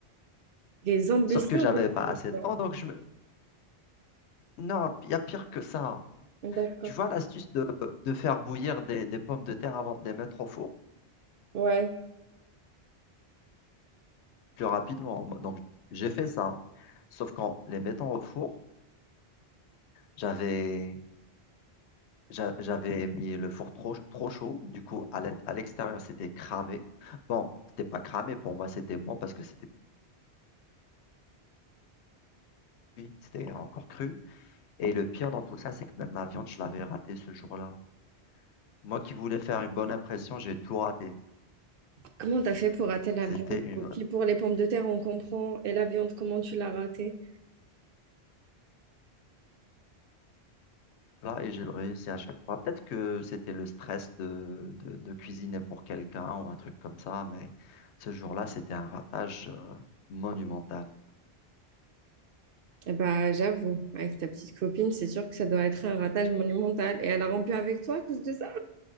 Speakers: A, on the right; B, on the left.
A: Des ambitions,
B: Sauf que j'avais
A: des
B: pas
A: ambitions.
B: assez de temps, donc je me... Non, il y a pire que ça. hein.
A: D'accord.
B: Tu vois l'astuce de, de faire bouillir des, des pommes de terre avant de les mettre au four
A: Ouais.
B: plus rapidement. Donc, j'ai fait ça. Sauf qu'en les mettant au four, j'avais j'a- J'avais mis le four trop, trop chaud, du coup à l'int- à l'extérieur c'était cramé. Bon, c'était pas cramé, pour moi c'était bon parce que c'était cuit, c'était encore cru. Et le pire dans tout ça, c'est que même la viande, je l'avais ratée ce jour-là. Moi qui voulais faire une bonne impression, j'ai tout raté.
A: Comment t'as fait pour rater la
B: C'était
A: viande?
B: une
A: Ok,
B: vraie-
A: pour les pommes de terre, on comprend. Et la viande, comment tu l'as ratée?
B: là et j'ai le réussi à chaque fois. Peut-être que c'était le stress de, de, de cuisiner pour quelqu'un ou un truc comme ça, mais ce jour-là, c'était un ratage euh, monumental.
A: Eh bah, j'avoue, avec ta petite copine, c'est sûr que ça doit être un ratage monumental. Et elle a rompu avec toi à cause de ça?